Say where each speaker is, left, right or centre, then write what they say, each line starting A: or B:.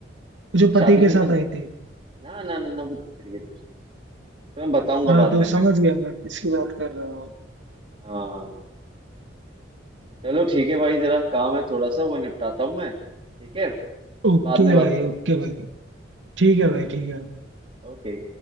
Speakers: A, on the right (about 75°); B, on the right (about 35°).
A: वो जो
B: नहीं शादीशुदा
A: पति के साथ
B: नहीं
A: आई थी
B: ना ना ना ना वो दूसरी है दूसरी तो मैं बताऊंगा
A: हाँ
B: बाद
A: तो
B: में मैं
A: समझ गया मैं किसकी बात कर रहा हूँ
B: हाँ चलो ठीक है भाई जरा काम है थोड़ा सा वो निपटाता हूँ मैं ठीक है
A: ओके
B: बाद में बात
A: भाई
B: करता
A: ओके
B: हूँ तुमसे
A: भाई ठीक है भाई ठीक है
B: ओके